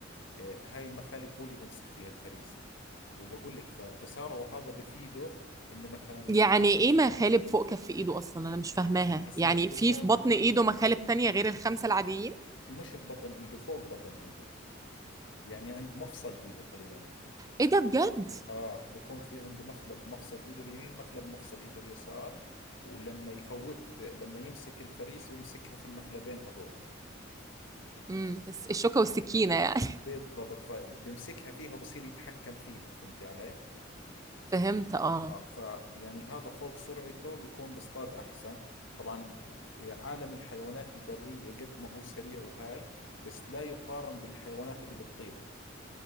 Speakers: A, on the left; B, on the right.
A: آه هاي المخالب هو اللي بيمسك فيها الفريسة وبقول لك فتسارعه هذا بفيده انه مثلا
B: يعني
A: أو
B: ايه مخالب فوق كف ايده اصلا انا مش فاهماها
A: هسه
B: يعني
A: مش بكون
B: في في بطن ايده مخالب تانية غير الخمسة العاديين
A: مش ببطن ايده فوق بطن ايده يعني عند مفصل ايده خلينا نحكي
B: ايه ده بجد
A: اه بيكون في عنده مخلب مفصل ايده اليمين مخلب مفصل ايده اليسار ولما يفوت لما يمسك الفريسة بيمسكها في المخلبين هذول
B: امم الشوكة والسكينة يعني
A: بالضبط فبمسكها فيها وبصير يتحكم فيها فهمتي علي؟
B: <laughs> فهمت اه
A: اه فيعني هذا فوق سرعته بيكون بصطاد احسن طبعا آه، عالم الحيوانات البرية قد ما هو سريع وهاي بس لا يقارن بالحيوانات اللي بتطير